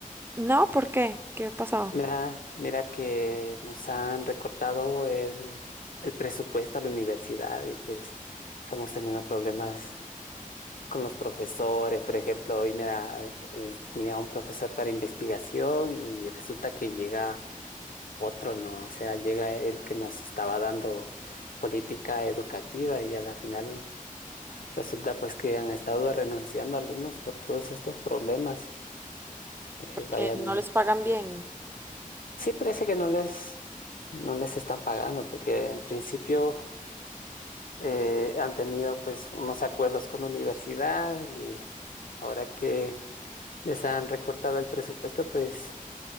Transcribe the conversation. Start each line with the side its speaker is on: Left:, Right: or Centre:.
Right: No, ¿por qué? ¿Qué ha pasado?
Left: Mira, mira que nos han recortado el, el presupuesto a la universidad y pues estamos teniendo problemas con los profesores. Por ejemplo, hoy, mira, eh, tenía un profesor para investigación y resulta que llega otro no, o sea, llega el que nos estaba dando política educativa y a la final resulta pues que han estado renunciando algunos por todos estos problemas. Eh,
Right: porque
Left: vaya,
Right: no
Left: me-
Right: les pagan bien.
Left: sí parece que no les, no les están pagando porque en principio eh, han tenido pues unos acuerdos con la universidad y ahora que les han recortado el presupuesto pues